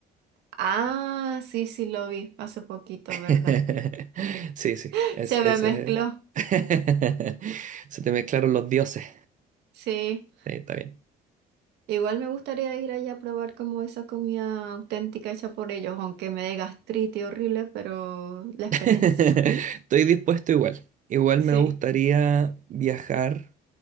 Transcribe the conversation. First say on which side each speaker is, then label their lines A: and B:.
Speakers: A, on the right; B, on the right.
A: Ah, sí, sí, lo vi hace poquito,
B: <laughs>
A: ¿verdad?
B: Sí, sí,
A: <laughs>
B: es,
A: Se
B: ese
A: me mezcló.
B: es. <laughs> Se te mezclaron los dioses.
A: Sí.
B: Sí, está bien.
A: Igual me gustaría ir allá a probar como esa comida auténtica hecha por ellos, aunque me dé gastritis horrible, pero la
B: <laughs>
A: experiencia.
B: Estoy dispuesto igual. Igual
A: Sí,
B: me gustaría viajar,